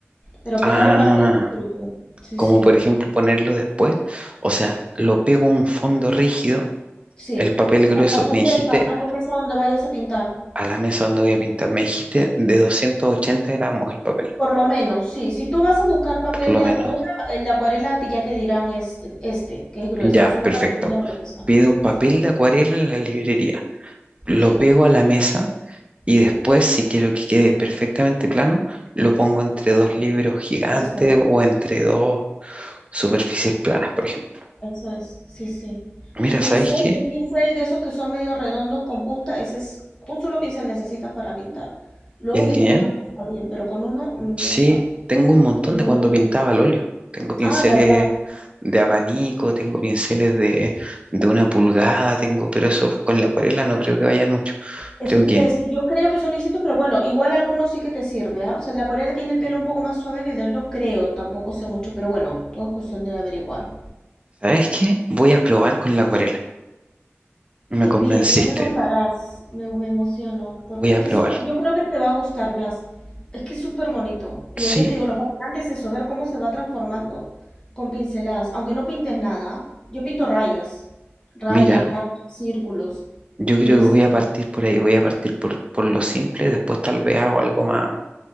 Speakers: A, on the left; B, on the right.
A: Pero pegar
B: Ah,
A: el papel es el truco. Sí,
B: como
A: sí.
B: por ejemplo ponerlo después. O sea, lo pego a un fondo rígido
A: Sí.
B: El papel grueso,
A: A tu
B: me
A: mesa,
B: dijiste,
A: a tu mesa donde vayas a pintar.
B: a la mesa donde voy a pintar, me dijiste de 280 gramos el papel,
A: Por lo menos, sí. Si tú vas a buscar papel
B: por lo
A: de
B: menos.
A: acuarela, el de acuarela te- ya te dirán es, este, que es grueso,
B: Ya,
A: es una
B: perfecto.
A: cartulina gruesa.
B: Pido papel
A: Sí,
B: de acuarela en la librería, lo
A: sí,
B: pego a la mesa y
A: sí.
B: después, si quiero que quede perfectamente plano, lo pongo entre dos libros gigantes
A: Eso es,
B: o entre dos superficies planas, por ejemplo.
A: eso es, sí, sí.
B: Mira,
A: Y pincel,
B: ¿sabes qué?
A: un pincel de esos que son medio redondos con punta, ese es un solo pincel necesitas para pintar. Luego
B: El
A: si
B: lineal
A: tienes más está bien, pero con uno mm,
B: Sí,
A: ya está.
B: tengo un montón
A: Con
B: de
A: uno,
B: cuando
A: bueno.
B: pintaba al óleo. Tengo pinceles
A: Ah, verdad.
B: de abanico, tengo pinceles de, de una pulgada, tengo, pero eso con la acuarela no creo que vayan mucho.
A: Eso
B: Creo
A: te
B: que,
A: iba a decir, yo creo que son distintos, pero bueno, igual algunos sí que te sirve, ¿ah? O sea, la acuarela tiene el pelo un poco más suave que el de lo creo, tampoco sé mucho, pero bueno, todo es cuestión de averiguar.
B: ¿sabes qué? Voy a probar con la acuarela.
A: Qué
B: Me convenciste.
A: bien, ya me contarás. Me, me emociono. Porque
B: Voy a
A: es que
B: probar.
A: es súper, yo creo que te va a gustar, Blas. Es que es súper bonito. Y
B: Sí,
A: ahí ya te digo, lo fascinante es eso, ver cómo se va transformando con pinceladas. Aunque no pintes nada, yo pinto rayas. Rayas,
B: mira,
A: manchas, círculos.
B: yo
A: Y
B: creo
A: es,
B: que voy a partir por ahí, voy a partir por, por lo simple, después tal vez hago algo más,